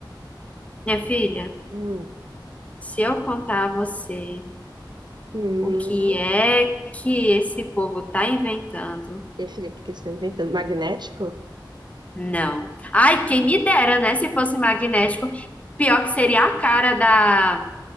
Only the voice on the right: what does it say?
Hum,
Hum.
Minha filha, o que que eles estão inventando? Magnético?